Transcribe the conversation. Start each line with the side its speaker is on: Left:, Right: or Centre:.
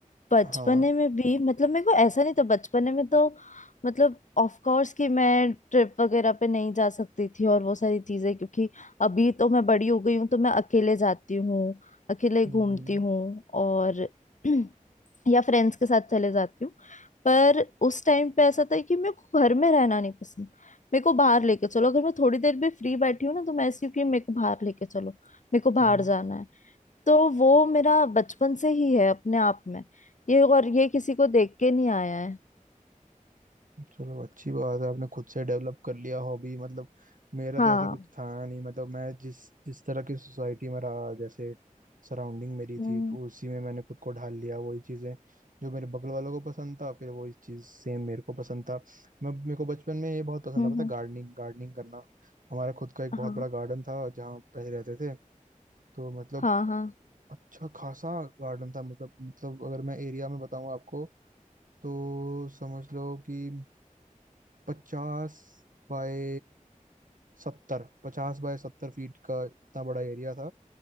Left: बचपने
Right: हाँ
Left: में भी मतलब मेरे को ऐसा नहीं था बचपने में तो मतलब ऑफ कोर्स कि मैं ट्रिप वगैरह पे नहीं जा सकती थी और वो सारी चीजें क्योंकि अभी तो मैं बड़ी हो गई हूँ तो मैं अकेले जाती हूँ अकेले घूमती
Right: हम्म,
Left: हूँ और <clears throat> या फ्रेंड्स के साथ चले जाती हूँ पर उस टाइम पे ऐसा था कि मेरे को घर में रहना नहीं पसंद मेरे को बाहर लेके चलो अगर मैं थोड़ी देर भी फ्री बैठी हूँ ना तो मैं ऐसी हूँ कि मेरे को बाहर लेके चलो मेरे को बाहर
Right: हम्म।
Left: जाना है तो वो मेरा बचपन से ही है अपने आप में ये और ये किसी को देख के नहीं आया है
Right: चलो अच्छी बात है आपने खुद से डेवलप कर लिया हॉबी मतलब मेरा
Left: हाँ
Right: तो ऐसा कुछ था नहीं मतलब मैं जिस जिस तरह की सोसाइटी में रहा जैसे सराउंडिंग मेरी
Left: हम्म
Right: थी तो उसी में मैंने खुद को ढाल लिया वही चीज़ें जो मेरे बगल वालों को पसंद था फिर वही चीज़ सेम मेरे को पसंद था मैं मेरे को बचपन में ये बहुत पसंद
Left: हम्म
Right: था पता
Left: हम्म,
Right: है गार्डनिंग गार्डनिंग करना हमारा खुद का एक बहुत
Left: हाँ
Right: बड़ा गार्डन था जहाँ पहले रहते थे तो मतलब
Left: हाँ हाँ
Right: अच्छा खासा गार्डन था मतलब मतलब अगर मैं एरिया में बताऊँ आपको तो समझ लो कि पचास बाय सत्तर पचास बाय सत्तर फीट का इतना बड़ा एरिया था